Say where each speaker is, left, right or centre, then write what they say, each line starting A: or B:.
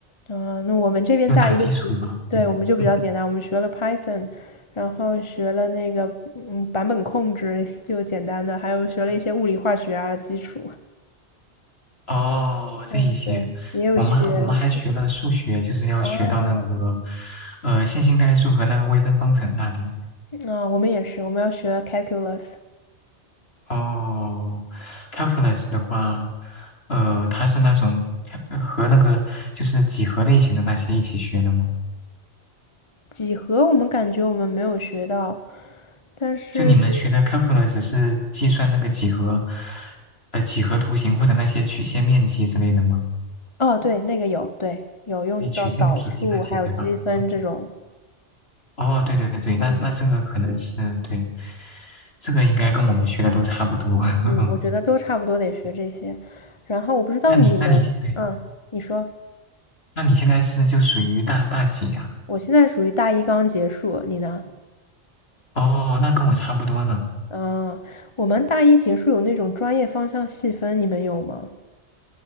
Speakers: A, on the left (about 30°); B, on the left (about 60°).
A: 啊，那我们这边大一就比，
B: 就打基础吧。
A: 对，
B: 对，
A: 我们就比较简单，
B: 嗯，
A: 我们学了 Python，然后学了那个嗯版本控制，<laughs> 就简单的，还有学了一些物理化学啊基础。
B: 哦，这一些，
A: 嗯，对，也有学
B: 我们还我们还学了数学，就是要学到那个
A: 啊
B: 呃线性代数和那个微分方程那里。
A: 啊，我们也是，我们要学 calculus
B: 哦，calculus 的话，呃，它是那种呃和那个就是几何类型的那些一起学的吗？
A: 几何，我们感觉我们没有学到，但是比如
B: 就你们学的 calculus 是计算那个几何，呃，几何图形或者那些曲线面积之类的吗？
A: 哦，对，那个有，对，有用到导数还有积分这种。
B: 对，曲线体积那些，对吧？嗯，哦，对对对对，那那这个可能是对，
A: 嗯。
B: 这个应该跟我们学的都差不多。<laughs>
A: 嗯，
B: 嗯，
A: 我觉得都差不多得学这些。然后我不知道你们，
B: 那你那你对，
A: 啊，你说，
B: 那你现在是就属于大大几呀、
A: 我现在属于大一刚结束，你呢？
B: 哦，那跟我差不多呢。
A: 啊，我们大一结束有那种专业方向细分，你们有吗？